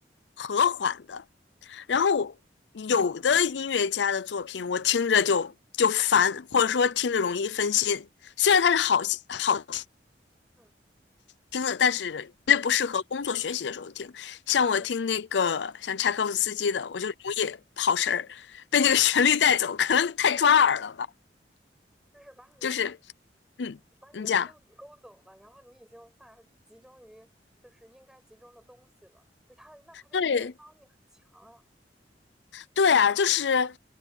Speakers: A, on the left; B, in the centre.
A: 和缓的。然后有的音乐家的作品，我听着就就烦，或者说听着容易分心。虽然它是好好
B: 嗯
A: 听的，但是绝对不适合工作学习的时候听。像我听那个像柴可夫斯基的，
B: 嗯
A: 我就容易跑神儿，被那个旋律带走，
B: 嗯，
A: 可能太抓耳了吧。
B: 就是把你
A: 就是，嗯，
B: 把你的心给勾走了，
A: 你讲。
B: 然后你已经无法集中于就是应该集中的东西了。就是它的，那它的音乐张力很强啊。
A: 对，对啊，就是，